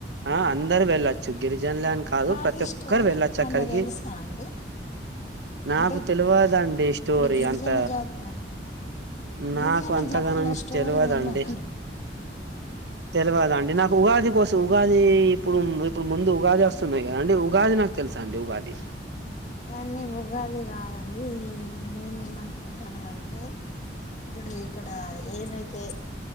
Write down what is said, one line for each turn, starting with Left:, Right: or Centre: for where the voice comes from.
Right: ఆ అందరు వేళ్లచ్చు గిరిజ నులు కాదు
Left: వాటి
Right: ప్రతి ఒక్కరు
Left: స్టోరీ
Right: వెళ్ళొచ్చు అక్కడికి
Left: అన్న తెలుసా అండి
Right: నాకు
Left: అంటే
Right: తెలువదండి స్టోరీ
Left: ఇప్పుడు గిరిజన
Right: అంత
Left: జాతర
Right: నాకు
Left: గిరిజన
Right: అంతగనం
Left: జాతరలో స్టోరీ
Right: తెలియదండి
Left: తెలియదా అండి
Right: తెలియదండి నాకు ఉగాది కోసం ఉగాది ఇప్పుడు ఇప్పుడు ముందు ఉగాది వస్తున్నాయి కదా అంటే ఉగాది నాకు తెలుసఅండి ఉగాది
Left: దాన్ని ఉగాది కాదండి మేమేమనుకుంటున్నమంటే ఇప్పుడు ఇక్కడ ఏమైతే